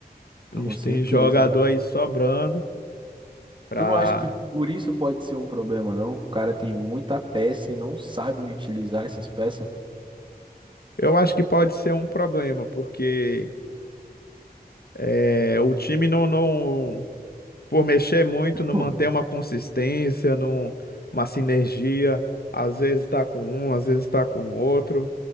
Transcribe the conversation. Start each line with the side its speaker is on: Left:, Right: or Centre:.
Left: A
Right: Com
Left: gente
Right: certeza.
Left: tem jogador aí sobrando para
Right: Tu não acha que por isso pode ser um problema, não? O cara tem muita peça e não sabe onde utilizar essas peças.
Left: Eu acho que pode ser um problema, porque é, o time não, não, por mexer muito, não
Right: Hum.
Left: mantém uma consistência, não, uma sinergia. Às vezes está com um, às vezes está com outro,